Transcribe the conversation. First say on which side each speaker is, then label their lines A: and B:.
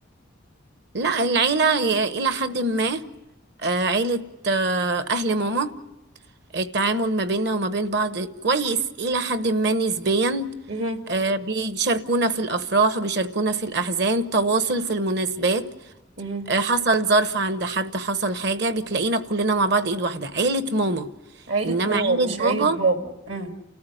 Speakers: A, on the right; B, on the right.
A: لا العيلة ي- إلى حد ما آه، عيلة آه، أهل ماما التعامل ما بيننا وما بين بعض كويس إلى حد ما نسبيا
B: مهم.
A: آه، بيشاركونا في الأفراح وبيشاركونا في الأحزان تواصل في المناسبات
B: مهم.
A: آه، حصل ظرف عند حد حصل حاجة بتلاقينا كلنا مع بعض ايد واحدة عيلة ماما
B: عيله
A: انما
B: ماما
A: عيلة
B: مش
A: بابا
B: عيله بابا إمم.